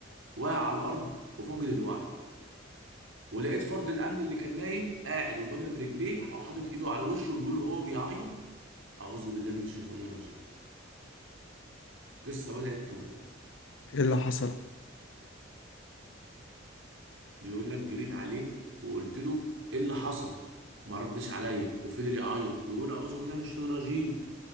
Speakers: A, on the right; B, on the left.
A: واقع على الارض وفاقد الوعي ولقيت فرد الامن اللي كان نايم قاعد وضامم رجليه وحاطط ايده على وشه وبيقول وهو بيعيط اعوذ بالله من الشيطان الرجيم القصه بدات تولع
B: ايه اللي حصل
A: بيقول لك جريت عليه وقلت له ايه اللي حصل ما ردش عليا وفضل يعيط ويقول اعوذ بالله من الشيطان الرجيم